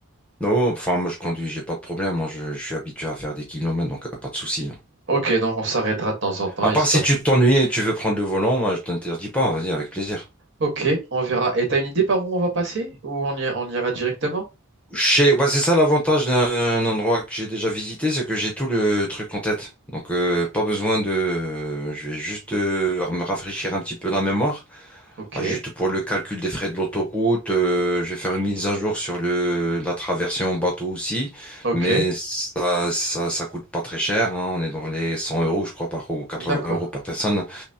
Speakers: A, in the centre; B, on the right.
A: Non, enfin, moi, je conduis, j'ai pas de problème. Moi, je, je suis habitué à faire des kilomètres, donc euh, pas de souci. hein.
B: Ok, donc on s'arrêtera de temps en temps,
A: À
B: histoire.
A: part si tu t'ennuies et tu veux prendre le volant, moi, je t'interdis pas. Vas-y, avec plaisir.
B: Ok, on verra. Et t'as une idée par où on va passer? Ou on y- on ira directement?
A: Chez... ouais, c'est ça l'avantage d'un endroit que j'ai déjà visité, c'est que j'ai tout le truc en tête. Donc, euh, pas besoin de. Je vais juste euh, me rafraîchir un petit peu la mémoire.
B: Ok,
A: Ah, Juste pour le calcul des frais de l'autoroute, euh, je vais faire une mise à jour sur le... la traversée en bateau aussi.
B: ok,
A: Mais ça, ça, ça coûte pas très cher. hein. On est dans les 100 euros, je crois, par... ou 80
B: d'accord.
A: euros par personne.